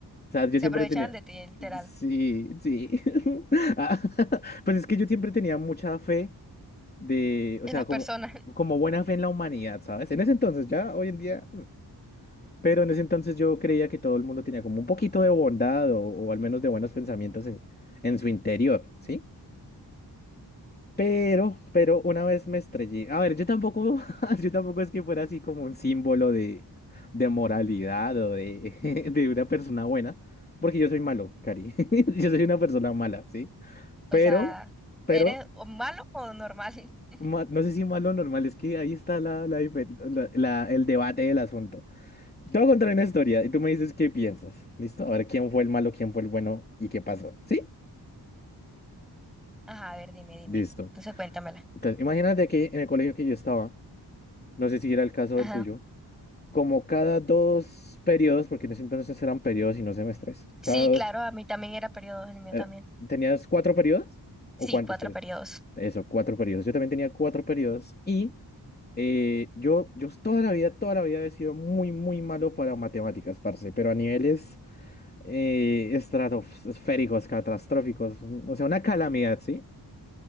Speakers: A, on the left (about 25°); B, in the centre.
A: O sea, yo
B: se
A: siempre
B: aprovechan
A: tenía,
B: de ti, literal,
A: sí, sí. <laughs> Ah, <laughs> Pues es que yo siempre tenía mucha fe de, o
B: en
A: sea,
B: las
A: como,
B: personas. <laughs>
A: como buena fe en la humanidad, ¿sabes? En ese entonces, ya hoy en día, mm, pero en ese entonces yo creía que todo el mundo tenía como un poquito de bondad o, o al menos de buenos pensamientos en, en su interior, ¿sí? Pero, pero una vez me estrellé. A ver, yo tampoco, <laughs> yo tampoco es que fuera así como un símbolo de, de moralidad o de, <laughs> de una persona buena, porque yo soy malo, Cari. <laughs> Yo soy una persona mala, ¿sí?
B: O
A: Pero,
B: sea,
A: pero
B: ¿eres o malo o normal? <laughs>
A: ma- no sé si malo o normal, es que ahí está la, la dife- la- la- el debate del asunto. Te voy a contar una historia y tú me dices qué piensas. ¿Listo? A ver quién fue el malo, quién fue el bueno y qué pasó. ¿Sí?
B: Ajá, a ver, dime, dime.
A: Listo.
B: Entonces cuéntamela.
A: Entonces, imagínate que en el colegio que yo estaba, no sé si era el caso
B: Ajá.
A: del tuyo, como cada dos periodos, porque en ese entonces eran periodos y no semestres,
B: Sí,
A: cada dos,
B: claro, a mí también era periodo, el mío
A: era-
B: también.
A: ¿tenías cuatro periodos?
B: Sí,
A: ¿O cuántos
B: cuatro
A: periodos?
B: periodos.
A: Eso, cuatro periodos. Yo también tenía cuatro periodos y Eh, yo, yo toda la vida, toda la vida he sido muy, muy malo para matemáticas, parce, pero a niveles eh, estratosféricos, catastróficos, o sea, una calamidad, ¿sí?